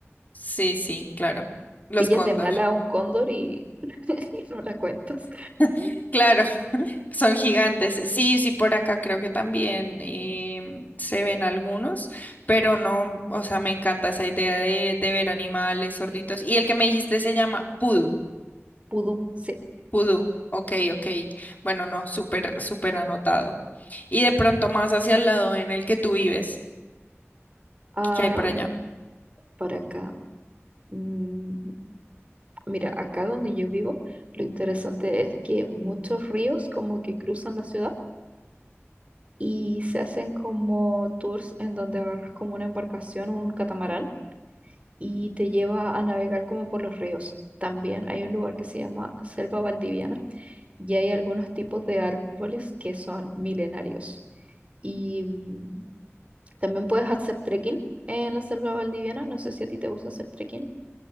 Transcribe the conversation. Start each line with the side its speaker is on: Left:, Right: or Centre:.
Left: Sí, sí, claro. Los
Right: Pillas
Left: cóndor.
Right: de mala a un cóndor y <laughs> no la cuentas.
Left: <laughs> Claro. Son gigantes. Sí, sí, por acá creo que también em, se ven algunos, pero no, o sea, me encanta esa idea de, de ver animales, zorritos. Y el que me dijiste se llama Pudu,
Right: Pudú, sí.
Left: Pudu. Ok, ok. Bueno, no, súper, súper anotado. Y de pronto más hacia el lado en el que tú vives,
Right: Am,
Left: ¿qué hay por allá?
Right: para acá. mm, mira, acá donde yo vivo, lo interesante es que muchos ríos como que cruzan la ciudad y se hacen como tours en donde agarras como una embarcación, un catamarán, y te lleva a navegar como por los ríos. También hay un lugar que se llama Selva Valdiviana y hay algunos tipos de árboles que son milenarios. Y mm, también puedes hacer trekking en la Selva Valdiviana. No sé si a ti te gusta hacer trekking.